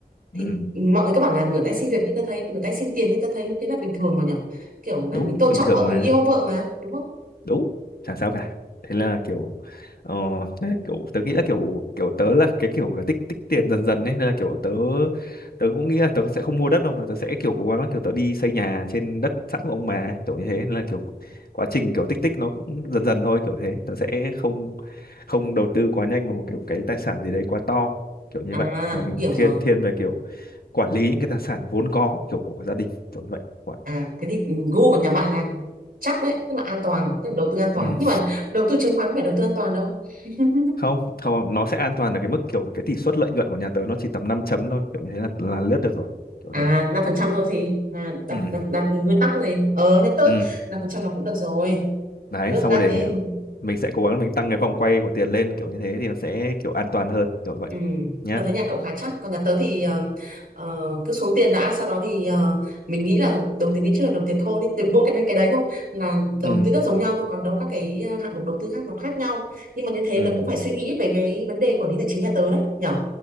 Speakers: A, on the right; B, on the left.
A: thì
B: ừ,
A: mọi người các bạn là rửa tay xin việc nhưng ta thấy rửa tay xin tiền nhưng ta thấy thế là bình thường mà nhở kiểu là
B: đúng
A: mình tôn
B: bình
A: trọng
B: thường
A: vợ
B: mà
A: mình yêu vợ mà đúng không
B: đúng chẳng sao cả thế là kiểu ờ, thế là kiểu tớ nghĩ là kiểu kiểu tớ là cái kiểu là tích tích tiền dần dần ấy nên là kiểu tớ tớ cũng nghĩ là tớ sẽ không mua đất đâu mà tớ sẽ kiểu cố gắng là kiểu tớ đi xây nhà trên đất sẵn của ông bà ấy, kiểu như thế nên là kiểu quá trình kiểu tích tích nó cũng dần dần thôi kiểu thế tớ sẽ không không đầu tư quá nhanh vào một kiểu cái tài sản gì đấy quá to kiểu như
A: à
B: vậy mà mình
A: hiểu
B: thiên
A: rồi
B: thiên về kiểu quản lý những cái tài sản vốn có kiểu của gia đình kiểu như vậy Vậy.
A: à thế thì ừ, gu của nhà bạn là chắc đấy tức là an toàn tức là đầu tư an toàn
B: ừ.
A: nhưng mà đầu tư chứng khoán có phải đầu tư an toàn đâu <laughs>
B: không không nó sẽ an toàn ở cái mức kiểu cái tỷ suất lợi nhuận của nhà tớ nó chỉ tầm 5 chấm thôi kiểu như thế là, là lướt được rồi kiểu
A: à
B: thế
A: năm phần trăm thôi gì mà đặt
B: ừ
A: đặt đặt nguyên tắc gì ờ nhắc tới
B: ừ
A: năm phần trăm là cũng được rồi
B: đấy
A: lướt
B: xong
A: lát
B: rồi để
A: thế
B: mình sẽ cố gắng mình tăng cái vòng quay của tiền lên kiểu như thế thì nó sẽ kiểu an toàn hơn kiểu vậy
A: Ừ,
B: nhá
A: tớ thấy nhà cậu khá chắc còn nhà tớ thì ờ, ờ, cứ xuống tiền đã sau đó thì ờ, mình nghĩ là đồng tiền đi trước là đồng tiền khôn ý từ mỗi cái đến cái đấy thôi là đầu
B: ừ
A: tư đất giống nhau thôi còn đâu các cái ờ, hạng mục đầu tư khác nó khác nhau nhưng mà như thế
B: ừ
A: tớ cũng phải suy nghĩ về cái vấn đề quản lý tài chính nhà tớ đấy nhở